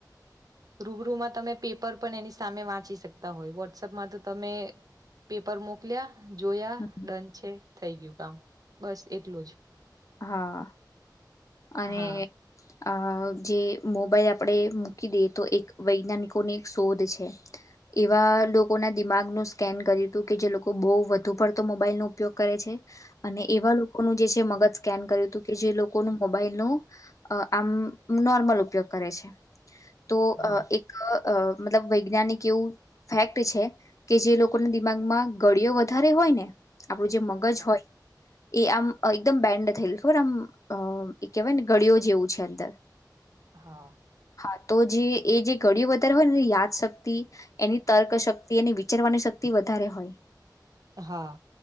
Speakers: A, on the right; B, on the left.
A: રૂબરૂમાં તમે પેપર પણ એની સામે વાંચી શકતા હોય વોટ્સઅપમાં તો તમે પેપર મોકલ્યા જોયા
B: હમ.
A: ડન છે થઈ ગયું કામ બસ એટલું જ
B: હા અને
A: હા
B: અ જે મોબાઈલ આપણે મૂકી દઈએ તો એક વૈજ્ઞાનિકોની એક શોધ છે. એવા લોકોના દિમાગનું સ્કેન કર્યું હતું કે જે લોકો બહુ વધુ પડતો મોબાઈલનો ઉપયોગ કરે છે. અને એવા લોકોનું જે છે મગજ સ્કેન કર્યું હતું કે જે લોકોનું મોબાઈલનું આમ નોર મલ ઉપયોગ કરે છે તો
A: હા
B: અ એક અ મતલબ વૈજ્ઞાનિક એવું ફેક્ટ છે કે જે લોકોના દિમાગમાં ગળિયો વધારે હોય હોય ને આપણું જે મગજ
A: હા
B: હોય એ આમ એકદમ બેન્ડ થયેલ ખબર આમ એ કેહેવાય ને ગળિયો જેવું છે અંદર
A: હા
B: હા તો જે એ જે ઘડયો વધારે હોય ને યાદશક્તિ એની તર્કશક્તિ એની વિચારવાની શક તી વધારે હોય
A: હા